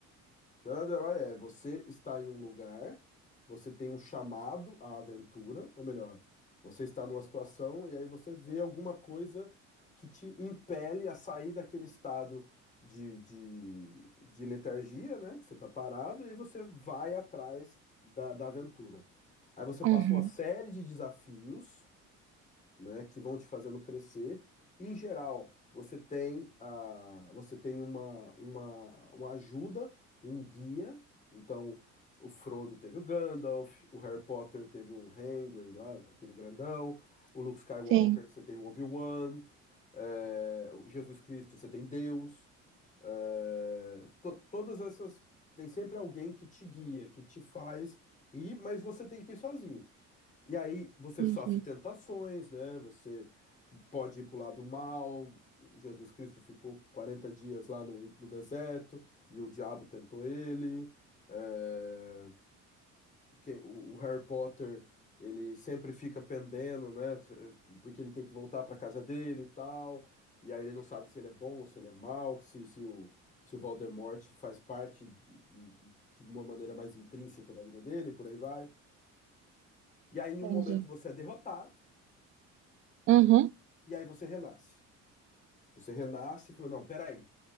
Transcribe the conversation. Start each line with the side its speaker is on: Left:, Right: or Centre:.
Left: Jornada do Herói é você está em um lugar, você tem um chamado à aventura, ou melhor, você está numa situação e aí você vê alguma coisa que te impele a sair daquele estado de, de, de letargia, né? Que você está parado e você vai atrás da, da aventura. Aí você passa
Right: Uhum.
Left: uma série de desafios né, que vão te fazendo crescer. Em geral, você tem, a, você tem uma, uma, uma ajuda, um guia. Então, o Frodo teve o Gandalf, o Harry Potter teve o Hagrid lá, aquele grandão. O Luke Skywalker,
Right: Sim.
Left: você tem o Obi-Wan. é, o Jesus Cristo, você tem Deus. é, to- todas essas... Tem sempre alguém que te guia, que te faz ir, mas você tem que ir sozinho. E aí você
Right: Entendi.
Left: sofre tentações, né? Você pode ir para o lado mal. Jesus Cristo ficou 40 dias lá no, no deserto e o diabo tentou ele. É, o que- o- o Harry Potter, ele sempre fica pendendo, né? Porque ele tem que voltar para casa dele e tal. E aí ele não sabe se ele é bom ou se ele é mau, se, se o, se o Voldemort faz parte de uma maneira mais intrínseca da vida dele, por aí vai. E aí, em um
Right: Entendi.
Left: momento, você é derrotado.
Right: Uhum.
Left: E aí você renasce. Você renasce e falou, não, peraí,